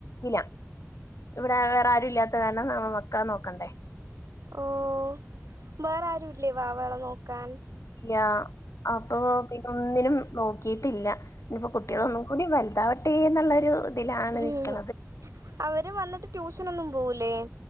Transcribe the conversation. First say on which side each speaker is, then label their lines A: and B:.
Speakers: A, on the left; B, on the right.
A: ഇല്ല ഇവിടെ വേറാരും ഇല്ലാത്ത കാരണം നാമ മക്കളെ നോക്കണ്ടേ
B: ഓഹ്‌ ബേറാരും ഇല്ലേ വാവകളെ നോക്കാൻ
A: ല്ലാ അപ്പൊ പിന്നൊന്നിനും നോക്കിട്ടില്ല നിപ്പോ കുട്ട്യള് ഒന്നും കൂടി വൽതാവട്ടെന്ന്ള്ളൊരു തിലാണ്
B: ഉം
A: നിക്ക്‌ണത്
B: അവര് വന്നിട്ട് ട്യൂഷന് ഒന്നും പോവൂലേ?